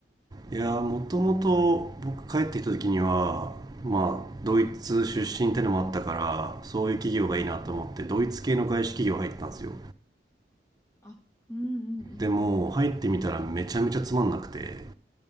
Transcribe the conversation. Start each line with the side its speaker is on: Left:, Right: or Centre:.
Right: いやーもともと僕帰ってきた時にはまあドイツ出身ってのもあったからそういう企業がいいなと思ってドイツ系の外資企業入ったんですよ
Left: うんあ、うんうんうん。
Right: でも入ってみたらめちゃめちゃつまんなくて